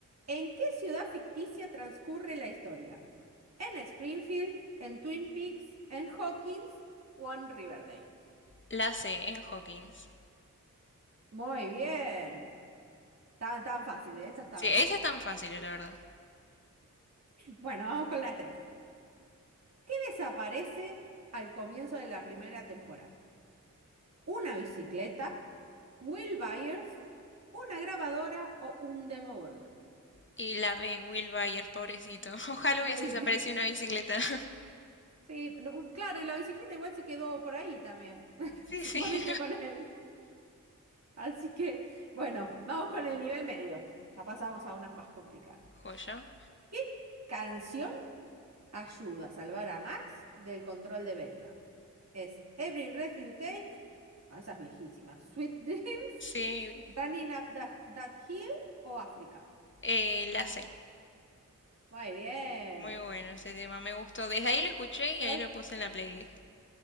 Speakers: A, on the right; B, on the left.
A: ¿En qué ciudad ficticia transcurre la historia? ¿En Springfield, en Twin Peaks, en Hawkins o en Riverdale?
B: La C en Hawkins.
A: Muy bien. Tan, tan fáciles, esas tan
B: Sí, esa
A: fáciles.
B: es tan fácil, la verdad.
A: Bueno, vamos con la tres. ¿Qué desaparece al comienzo de la primera temporada? ¿Una bicicleta? ¿Will Byers? ¿Una grabadora o un Demogorgon?
B: Y la B, Will Byers, pobrecito. <laughs> Ojalá
A: Muy
B: hubiese desaparecido
A: bien.
B: una bicicleta. <laughs>
A: Sí, no, claro, y la bicicleta igual se quedó por ahí también. <laughs>
B: Sí,
A: Se
B: sí.
A: pareció con él. Así que, bueno, vamos con el nivel medio. Ya pasamos a unas más complicadas.
B: Joya.
A: ¿Qué canción ayuda a salvar a Max del control de Vecna? Es Every Breath You Take, ah, esas viejísimas, Sweet Dreams,
B: Sí,
A: Running Up That, That Hill o África.
B: eh, la C.
A: Muy bien.
B: Muy bueno ese tema, me gustó. Desde ahí lo escuché y ahí
A: Estoy
B: lo puse en la playlist. <laughs>